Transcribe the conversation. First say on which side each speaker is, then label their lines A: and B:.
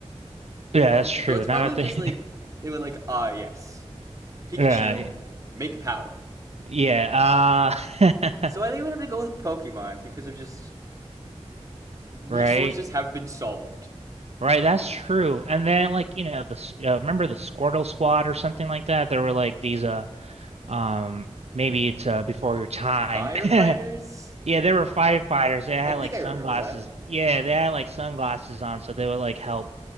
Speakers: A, on the right; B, on the right.
A: Yeah, that's true.
B: So it's probably
A: Now that
B: because
A: I think
B: like they went like, ah, yes, Pikachu,
A: Right.
B: make power.
A: Yeah. Uh
B: So I think I'm gonna have to go with Pokemon because of just resources
A: <laughs> right.
B: have been solved.
A: Right, that's true. And then like, you know, the s- uh, remember the Squirtle Squad or something like that? There were like these uh um maybe it's uh before your time.
B: Firefighters,
A: <laughs> Yeah, there were firefighters. They had
B: I think
A: like
B: I
A: sunglasses.
B: remember that.
A: Yeah, they had like sunglasses on so they would like help